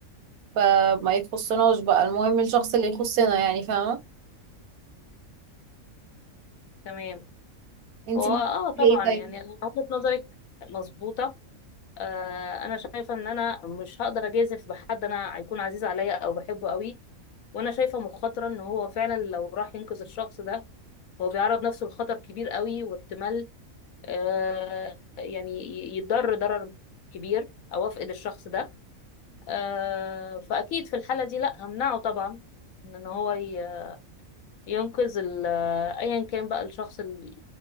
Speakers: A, on the right; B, on the left.
A: فما يخصناش بقى المهم الشخص اللي يخصنا يعني فاهمة
B: تمام
A: انتي
B: هو
A: ممكن
B: اه طبعا
A: تعملي ايه طيب
B: يعني وجهة نظرك مظبوطة آه، انا شايفه ان انا مش هقدر اجازف بحد انا هيكون عزيز عليا او بحبه قوي وانا شايفه مخاطره ان هو فعلا لو راح ينقذ الشخص ده هو بيعرض نفسه لخطر كبير قوي واحتمال آه يعني يتضر ضرر كبير او افقد الشخص ده آه فاكيد في الحاله دي لا همنعه طبعا من ان هو ي- ينقذ ال- ايا كان بقى الشخص اللي